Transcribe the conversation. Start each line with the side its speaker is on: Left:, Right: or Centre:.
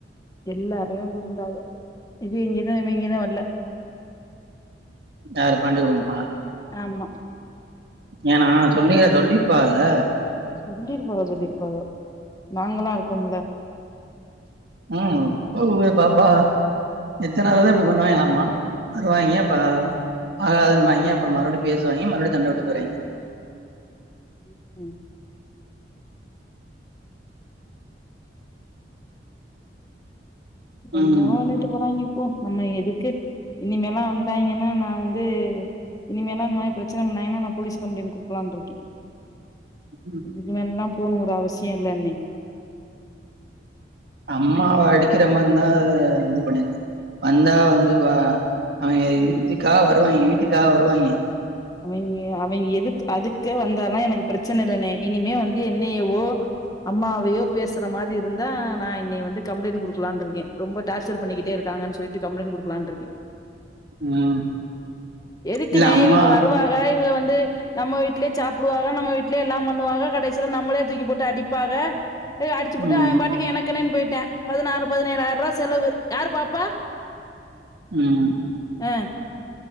Left: எல்லாரையு அங்க இருந்தாங்க இது இங்க இவிங்க தா வரல
Right: யாரு பாண்டி குடும்பமா
Left: ஆமா
Right: ஏனா சொன்னீங்க சொல்லிப்பாருங்க
Left: சொல்லிருப்பாக சொல்லிருப்பாக நாங்கல்லா இருக்கம்ல
Right: உம் ஓ பாப்பா மித்த நேரம்தா இப்டி பண்ணுவாய்ங்கலாமா வருவாய்ங்க அப்ப ஆகாதுன்பாய்ங்க அப்பற மறுபடி பேசுவாய்ங்க மறுபடியு சண்ட போட்டுக்குராய்ங்க
Left: உம் உம்
Right: ம்
Left: என்னவோ பண்ணிட்டு போறாங்க போ நம்ம எதுக்கு இனிமேல்லா வந்தாய்ங்கன்னா நா வந்து இனிமேலா இந்த மாரி பிரச்சனை பண்ணாய்ங்கன்னா நா போலீஸ் கம்ப்ளைண்ட் குடுக்கலாம்ன்ட்ருக்கே
Right: ம்.
Left: இதுக்குமேல்லா போனூ ஒரு அவசியல்லணே
Right: அம்மாவ அடிக்கிற மாரிந்தா இது பண்ணிய வந்தா வந்து அ அவய்ங்க இதுக்காக வருவாய்ங்க வீட்டுக்காக வருவாய்ங்க
Left: அவய்ங்க அவய்ங்க எதுக் அதுக்கே வந்தால்லா எனக்கு பிரச்சனை இல்லன்னே இனிமே வந்து என்னயவோ அம்மாவையோ பேசுற மாரி இருந்தா நா இன்னை வந்து கம்ப்ளைண்ட் குடுக்கலான்ருக்கே ரொம்ப டார்சல் பண்ணிக்கிட்டே இருக்காங்கன்னு சொல்லிட்டு கம்ப்ளைண்ட் குடுக்கலான்ட்ருக்கே
Right: உம்
Left: எதுக்குண்ணே
Right: இல்ல அம்மா
Left: இவங்க வருவாக இவுக வந்து நம்ம வீட்லே சாப்பிடுவாக நம்ம வீட்லே எல்லாம் பண்ணுவாக கடைசியில நம்மளே தூக்கி போட்டு அடிப்பாக அடிச்சுபுட்டு
Right: ம்
Left: அவ பாட்டுக்கு எனக்கென்னனு போயிட்டா பதினாறு பதினேழாயிரரூபா செலவு யாரு பாப்பா
Right: உம்
Left: அ